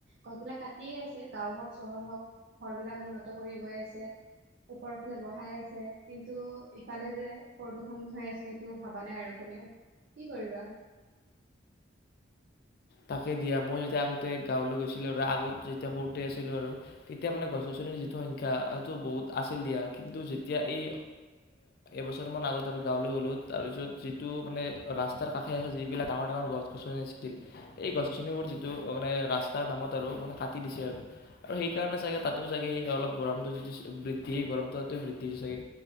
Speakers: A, on the right (about 55°); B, on the left (about 50°).
A: গছবিলাক কাটিয়ে আছে গাঁও হওক চহৰ হওক ঘৰবিলাক উন্নত কৰি গৈ আছে ওপৰৰ ফালে বহাই আছে কিন্তু ইফালে যে প্ৰদূষণ হৈ আছে সেইটো ভবা নাই আৰু কোনেও কি কৰিবা
B: তাকে দিয়া মই যেতিয়া আগতে গাঁৱলৈ গৈছিলোঁ আগত যেতিয়া সৰুতে আছিলোঁ আৰু তেতিয়া মানে গছ- গছনিৰ যিটো সংখ্যা সিটো বহুত আছিল দিয়া কিন্তু যেতিয়া এই এবছৰমান আগত আৰু গাঁৱলৈ গ'লোঁ তাৰপিছত যিটো মানে ৰাস্তাৰ কাষে কাষে যিবিলাক ডাঙৰ ডাঙৰ গছ গছনি আছিল এই গছ গছনিবোৰ যিটো মানে ৰাস্তাৰ নামত আৰু মানে কাটি দিছে আৰু আৰু সেইকাৰণে চাগে তাতো চাগে সেই অলপ গৰমটো যিটো বৃদ্ধি গৰমটো তাত বৃদ্ধি হৈছে চাগে